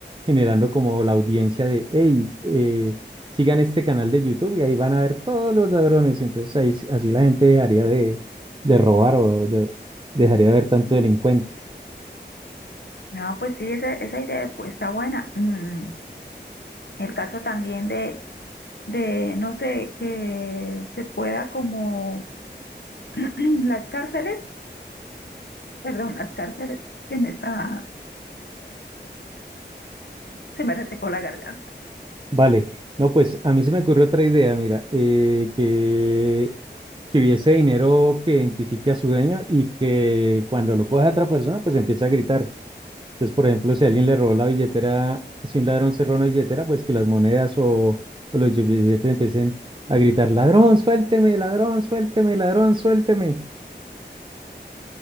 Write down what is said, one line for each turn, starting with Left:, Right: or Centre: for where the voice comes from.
Right: generando como la audiencia de, hey, eh, sigan este canal de YouTube y ahí van a ver todos los ladrones. Entonces ahí, s- así la gente dejaría de, de robar o de- dejaría de ver tanto delincuente.
Left: No, pues sí, esa, esa idea pues, está buena. Mm, El caso también de, de, no sé, que se pueda como <clears throat> las cárceles, perdón, las cárceles, que me está, se me resecó la garganta.
Right: Vale, no, pues a mí se me ocurrió otra idea, mira, eh, que... que hubiese dinero que identifique a su dueño y que cuando lo coge a otra persona, pues empiece a gritar. Entonces, por ejemplo, si alguien le robó la billetera, si un ladrón se roba una billetera, pues que las monedas o, o los billetes empiecen a gritar, ladrón, suélteme, ladrón, suélteme, ladrón, suélteme.